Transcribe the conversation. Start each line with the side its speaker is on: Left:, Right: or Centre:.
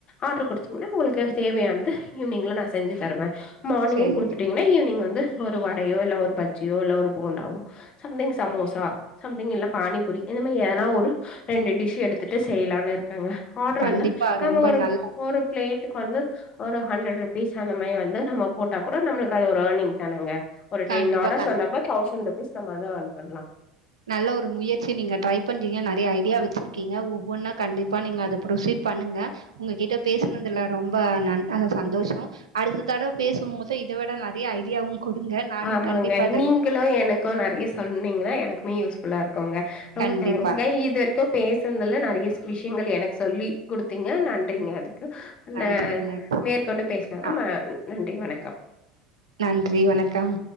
Left: ஆர்டர் குடுத் ன உங்களுக்கு தேவையானது ஈவினிங்ல நா செஞ்சு தருவே மார்னிங்கே
Right: சேரி
Left: குடுத்துட்டீங்கன்னா ஈவினிங் வந்து ஒரு வடையோ இல்ல ஒரு பஜ்ஜியோ இல்ல ஒரு போண்டாவோ சம்திங் சமோசா சம்திங் இல்ல பானிபுரி இந்த மாதிரி ஏதனா ஒரு ரெண்டு டிஷ் எடுத்துட்டு செய்யலானு இருக்கங்க ஆர்டர்
Right: கண்டிப்பா
Left: வந்து நம்ம
Right: ரொம்ப
Left: ஒரு
Right: நல்ல
Left: ஒரு ரேட்டுக்கு வந்து ஒரு ஹண்ட்ரட் ருபீஸ் அந்த மாதிர வந்து நம்ம போட்டா கூட நம்மளுக்கு அது ஒரு யேர்னிங் தானங்க ஒரு டென்
Right: கண்டிப்பா
Left: ஆர்டர்ஸ்
Right: கண்
Left: வந்தா கூட தௌசண்ட் அட்லீஸ்ட் அது யேர்ன் பண்ணலா
Right: நல்ல ஒரு முயற்சி நீங்க ட்ரை பண்றீங்க நறைய ஐடியா வச்சிருக்கீங்க ஒவ்வொன்னா கண்டிப்பா நீங்க அத ப்ரொசீட் பண்ணுங்க உங்ககிட்ட பேசுனதுல ரொம்ப சந்தோஷ அடுத்த தடவ பேசும் போது இத விட நறைய ஐடியாவும் குடுங்க நானு
Left: ஆமாங்க
Right: கண்டிப்பா அதுல
Left: நீங்களு எனக்கு நறைய சொல் ன்னிங்கன்னா எனக்குமே யூஸ் ஃபுல்லா இருக்குங்க ரொம்ப
Right: கண்டிப்பா
Left: தேங்க்ஸ்ங்க இது வரைக்கு பேசுனதுல நறைய விஷ் ங்கள் எனக்கு சொல்லி குடுத்தீங்க நன்றிங்க அதுக்கு
Right: நன்றி
Left: ம
Right: நன்றி
Left: மேற்கொண்டு பேசுலாங்க
Right: ஆ
Left: ம நன்றி வணக்கம் க்கம்
Right: நன்றி வணக்கம்